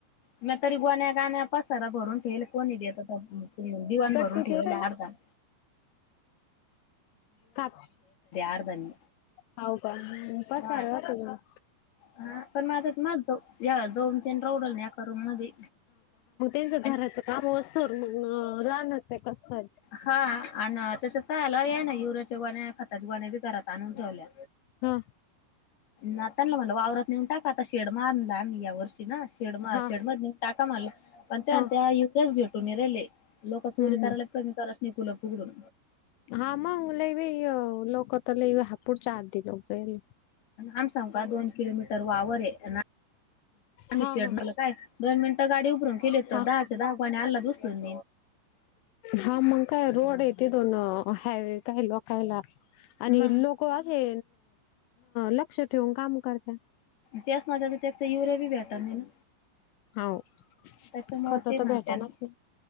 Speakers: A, on the left; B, on the left.
A: म तरी गोण्या गाण्या पसार भरून ठेवल कोणी देत दिवाण
B: गट्टू
A: भरून
B: देऊ
A: ठेवल
B: राहिला
A: अर्धा. आप
B: सात
A: अर्धा मी
B: हव का पा
A: हा
B: सारलाख
A: हा पण मग आता म जाऊ जाऊन ते रवडल ना एका रूम मध्ये
B: त्यांच घराच
A: आणि
B: काम असतं मग राहनाचं आहे कसचं
A: हा आणि त्याच तर आला आहे ना युरियाची बाण्या खताची बाण्या बी घरात आणून ठेवल्या.
B: हा
A: ना त्यांला म्हटलं वावरात नेऊन टाका आता शेड मारला मी या वर्षी ना शेड म
B: हा
A: शेड मध्ये टाका मारला पण त्या
B: हा
A: त्याच भेटू निराले लोक चोरी
B: हम्म हम्म
A: करायला. कमी करास नाही फुलं फुगडून
B: हा मग लई इ लोक तर ल हापुड चारदी लोकले
A: आम सांग का दोन किलोमीटर वावर आहे ना. आम्ही
B: हा
A: शेड
B: हा
A: मला काय दोन मिनिटं गाडी उभरून केली तर
B: हा
A: दहाच्या दहा गाणी आला दुसरून
B: हा मग काय रोड येते दोन हायवे काय लोकायला आणि
A: मग
B: लोक असे लक्ष ठेवून काम करत.
A: त्याच ना त्याच त्यात युरया बी भेटणार नाही ना.
B: होय
A: त्याच्यामुळे
B: खत
A: ते म्हणत्या
B: तर भेटानाच नाही.